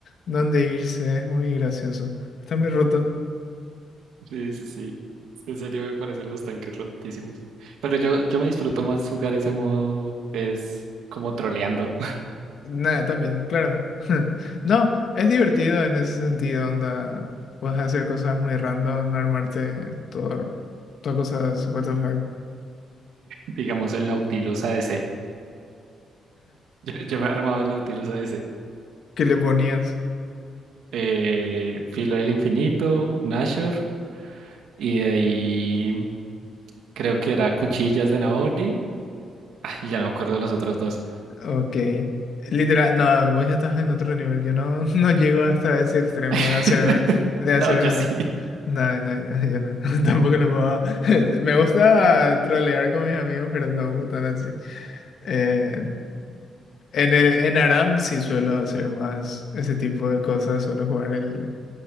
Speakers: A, on the left; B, on the right.
A: dónde irse. Es muy gracioso. Está muy roto.
B: Sí, sí, sí. En serio me parecen los tanques rotísimos. Pero yo, yo me disfruto más jugar ese modo, es como troleando, <laughs>
A: Nada, también, claro. <laughs> No, es divertido en ese sentido, onda. Puedes hacer cosas muy random, armarte todo, todas cosas, what the fuck,
B: digamos el Nautilus ADC. Yo, yo me he armado el Nautilus ADC.
A: que le ponías.
B: Eh, Filo del Infinito, Nashor, y de ahí creo que era Cuchillas de Naori. Ah, y ya no me acuerdo los otros dos.
A: Ok. Literal, no, vos ya estás en otro nivel. Yo no, <laughs> no llego hasta ese extremo
B: <laughs>
A: de hacerme, de hacerme.
B: No, yo sí.
A: No, no, no, yo no. <laughs> Tampoco lo puedo. <laughs> Me gusta trolear con mis amigos, pero tampoco tan así. Eh, en el, en Aram sí suelo hacer más ese tipo de cosas. Suelo jugar el,